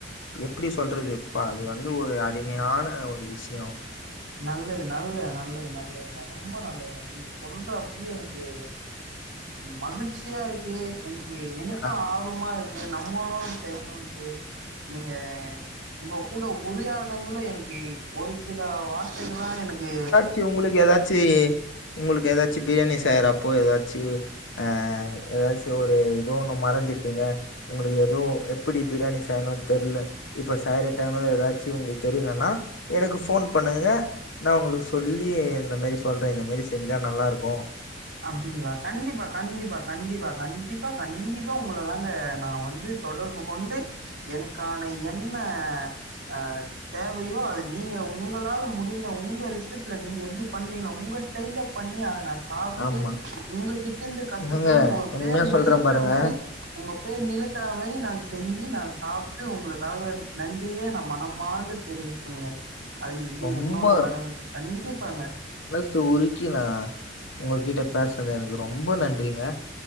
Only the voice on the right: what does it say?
நல்லது நல்ல நல்லது நல்லதுங்க ரொம்ப நல்லதுங்க நீங்க சொல்ற அப்பய எனக்கு மகிழ்ச்சியா இருக்கு எனக்கு எனக்கு
ஆர்வமா இருக்கு நம்மளு செய்ணுன்ட்டு நீங்க உங்க கூட உரையாடுன்துல எனக்கு ஒரு சில வார்த்தைகள்லா எனக்கு
அப்டிங்ளா கண்டிப்பா கண்டிப்பா கண்டிப்பா கண்டிப்பா கண்டிப்பா உங்கள தாங்க நா வந்து தொடர்பு கொண்டு எனக்கான என்ன அ தேவையோ அது நீங்க உங்களால முடிந்த உங்க ரிசல்ட்ல நீங்க எப்டி பண்றீங்ளோ உங்க டெய்ல பண்ணி அத நா சாப்
து உங்ககிட்டருந்து கத்துக்கணு
ஒரு
பேரு
நிலைக்கிற
மாரி உங்க பேர் நிலைக்கற மாரி நா செஞ்சு நா சாப்ட்டு உங்களுக்காக நன் நன்றிய நா மனமாந்து தெரிவிப்பங்க அது இது
என்னோட கடமைங்க கண்டிப்பாங்க